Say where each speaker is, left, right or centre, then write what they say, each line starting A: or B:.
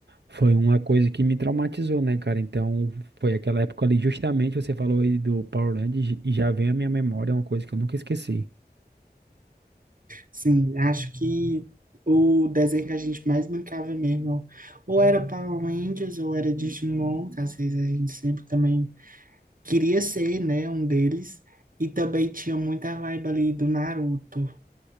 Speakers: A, on the right; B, on the right.
A: foi uma coisa que me traumatizou, né, cara? Então, foi aquela época ali, justamente você falou aí do Power Rangers e já vem à minha memória uma coisa que eu nunca esqueci.
B: Sim, acho que o desenho que a gente mais brincava mesmo, ou era Power Rangers, ou era Digimon, que às vezes a gente sempre também queria ser, né, um deles. E também tinha muita vibe ali do Naruto.